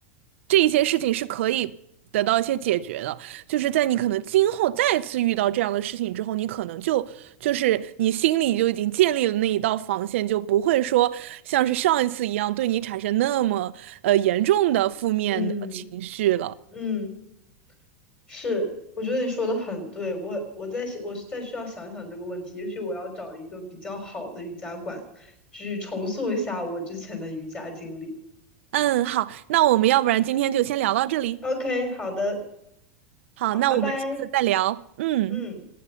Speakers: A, on the right; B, on the left.
A: 这一些事情是可以得到一些解决的。就是在你可能今后再次遇到这样的事情之后，你可能就就是你心里就已经建立了那一道防线，就不会说像是上一次一样对你产生那么呃严重的负面的情绪了。
B: 嗯嗯。是，我觉得你说的很对，我我在想，我再需要想想这个问题，也许我要找一个比较好的瑜伽馆，去重塑一下我之前的瑜伽经历。
A: 嗯，好，那我们要不然今天就先聊到这里。
B: OK，好的，
A: 好，
B: 好，
A: 那我们下次再聊。
B: 拜拜，
A: 嗯。
B: 嗯。